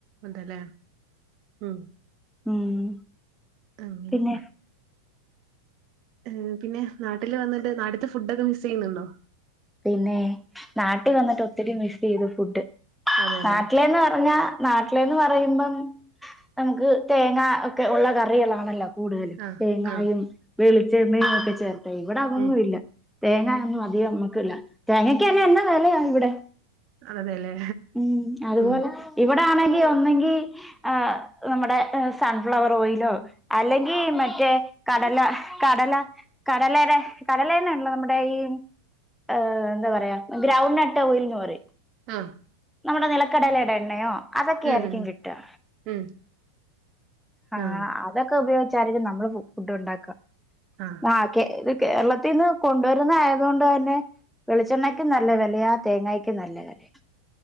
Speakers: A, on the right (about 40°); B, in the centre.
A: ഉണ്ടല്ലേ, ഉം
B: ഉം.
A: അങ്ങനെ
B: പിന്നെ,
A: ഏഹ് പിന്നെ നാട്ടില് വന്നിട്ട് നാട്ട്ത്തെ ഫുഡൊക്കെ മിസ്സ്‌ ചെയ്യുന്നുണ്ടോ?
B: പിന്നെ നാട്ടിൽ വന്നിട്ട് ഒത്തിരി മിസ്സ് ചെയ്തു ഫുഡ്.
A: അതെല്ലേ
B: നാട്ടിലേന്ന് പറഞ്ഞാ നാട്ടില ന്ന് പറയുമ്പം നമുക്ക് തേങ്ങ ഒക്കെ ഉള്ള കറികളാണല്ലോ കൂടുതലും
A: ആ
B: തേങ്ങായും
A: ആ
B: വെളിച്ചെണ്ണയും ഒക്കെ ചേർത്ത ഇവിടെ അതൊന്നു
A: ഉം
B: ഇല്ല. തേങ്ങ ഒന്നും അധികം നമ്മക്ക് ഇല്ല. തേങ്ങക്ക് തന്നെ എന്ന വിലയാണ് ഇവിടെ.
A: അതെല്ലേ
B: ഉം അതുപോലെ
A: ഉം
B: ഇവിടെ ആണെങ്കിൽ ഒന്നെങ്കിൽ ആഹ്, നമ്മുടെ സൺഫ്ലവർ ഓയിലോ, അല്ലെങ്കിൽ മറ്റേ കടല, കടല കടലേടെ കടല തന്നെ അല്ലേ നമ്മുടെ ഈ ഏഹ്, എന്താ പറയ് ഗ്രൗണ്ട് നട്ട് ഓയിൽ എന്ന് പറയും.
A: ആഹ്.
B: നമ്മുടെ നിലക്കടലയുടെ എണ്ണയോ അതൊക്കെ
A: ഉം
B: ആയിരിക്കും
A: ഉം
B: കിട്ടുക.
A: ഉം
B: ആഹ്
A: ആ
B: അതൊക്കെ ഉപയോഗിച്ചായിരിക്കും നമ്മള് ഫുഡ് ഉണ്ടാക്ക
A: ആഹ്
B: ആഹ് കേ കേരളത്തിന്ന് കൊണ്ടോര്ന്നെ ആയതോണ്ട് തന്നെ വെളിച്ചെണ്ണയ്ക്കും നല്ല വേലയാ തേങ്ങക്കും നല്ല വേലയാ